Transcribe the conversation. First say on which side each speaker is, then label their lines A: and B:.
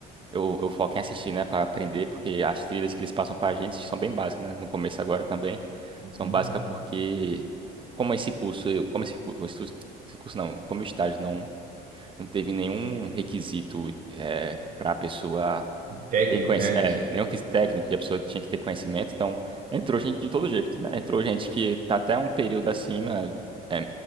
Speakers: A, on the right (about 30°); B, on the right (about 50°).
A: eu, eu foco em assistir, né, Pra aprender, porque as trilhas que eles passam pra gente são bem básicas, né, no começo agora também, são
B: Uhum.
A: básicas porque, como esse curso, eu, como esse, cu- esse esse curso não, como o estágio não, não teve nenhum requisito é, para a pessoa
B: Técnico,
A: e conhece,
B: né?
A: é,
B: De-
A: nenhum que
B: É,
A: técnico
B: né?
A: e a pessoa tinha que ter conhecimento, então entrou gente de todo jeito, né? Entrou gente que tá até um período acima é,